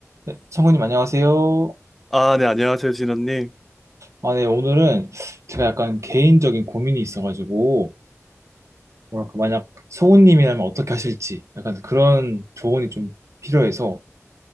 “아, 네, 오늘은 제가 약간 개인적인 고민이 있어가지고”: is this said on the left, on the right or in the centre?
Right